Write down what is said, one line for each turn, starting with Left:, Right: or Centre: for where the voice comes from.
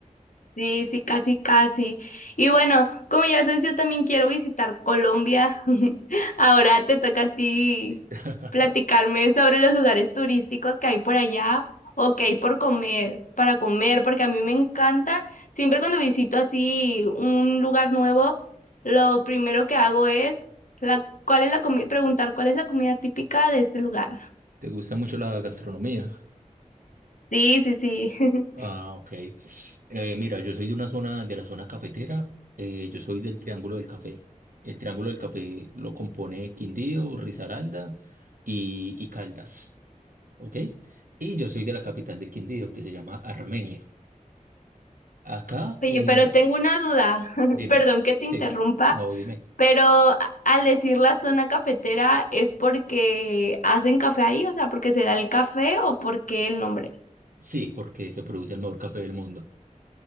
Left: Sí, sí, casi, casi. Y bueno, como ya sabes, yo también quiero visitar Colombia. <laughs> Ahora te toca a ti
Right: <laughs>
Left: platicarme sobre los lugares turísticos que hay por allá o que hay por comer, para comer, porque a mí me encanta. Siempre cuando visito así un lugar nuevo, lo primero que hago es la, ¿cuál es la comida? Preguntar cuál es la comida típica de este lugar.
Right: ¿Te gusta mucho la gastronomía?
Left: Sí, sí, sí. <laughs>
Right: Ah, ok. Eh, mira, yo soy de una zona, de la zona cafetera. eh, yo soy del Triángulo del Café. El Triángulo del Café lo compone Quindío, Risaralda y, y Caldas. ¿Ok? Y yo soy de la capital del Quindío, que se llama Armenia. Acá,
Left: Oye,
Right: eh,
Left: pero tengo una duda. <laughs>
Right: dime.
Left: Perdón que te
Right: Sí,
Left: interrumpa,
Right: no, dime.
Left: pero a- al decir la zona cafetera es porque hacen café ahí, o sea, porque se da el café o porque el nombre.
Right: Sí, porque se produce el mejor café del mundo.